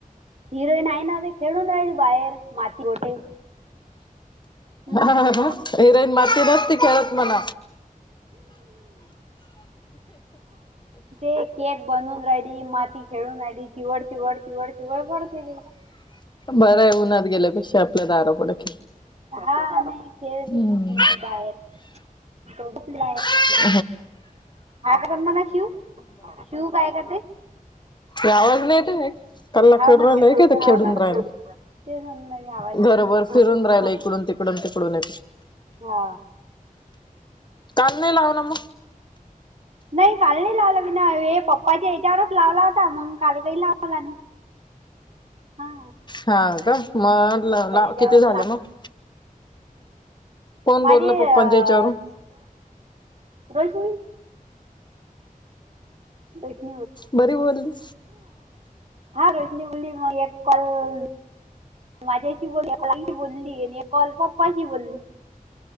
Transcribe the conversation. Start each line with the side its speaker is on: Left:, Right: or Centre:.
Right: हिरोईन नाही ना ते खेळून राहील बाहेर माती गोटे. हम्म
Left: ह हिरोईन माती नसती खेळत म्हण.
Right: ते केक बनवून राहिली माती खेळून आली चिवड चिवड चिवड चिवड <unintelligible>
Left: बरं आहे उन्हा गेल्यापेक्षा आपल दरा फूड खेळ
Right: हा नाही खेळते
Left: हम.
Right: इथं बाहेर <unintelligible>
Left: <unintelligible>
Right: हा काय करणार शिव शिव काय करते
Left: आवाज नाही येत कला
Right: हाव
Left: करू
Right: ना
Left: राहियला एक येत
Right: हाव
Left: खेळून
Right: ना
Left: राहायला
Right: तेच म्हणून नाही आवाज येईना
Left: घरोबर
Right: आला.
Left: फिरून राहिल इकडून, तिकडून, तिकडून येत.
Right: हा.
Left: काल नाही लावला मग?
Right: नाही काल नाही लावल बी ना हे पप्पाच्या याच्यावरच लावला होता. मग काल काही लावला नाही. हा
Left: हा का मग
Right: पप्पाच्या
Left: ला
Right: याच्यावरच
Left: किती झाले मग? कोण
Right: माझे
Left: बोललं पप्पांच्या
Right: अ
Left: याच्यावरून
Right: <unintelligible> <unintelligible> हा
Left: बरी बोलली
Right: रोहितनी बोलली मग एक कॉल माझ्याशी बोलली ताईशी बोलली आणि एक कॉल पप्पाशी बोलली.